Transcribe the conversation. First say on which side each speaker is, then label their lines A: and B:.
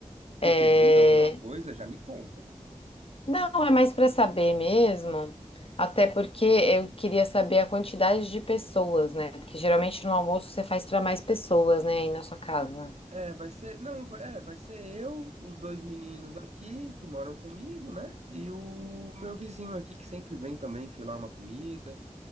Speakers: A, on the right (about 60°); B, on the left (about 50°).
A: Porque
B: É,
A: muda alguma coisa, já me conta.
B: Não, é mais para saber mesmo, até porque eu queria saber a quantidade de pessoas, né? Porque geralmente no almoço você faz para mais pessoas, né, aí na sua casa.
A: É, vai ser, não, vai- é, vai ser eu, os dois meninos aqui que moram comigo, né? E o meu vizinho aqui que sempre vem também filar uma comida.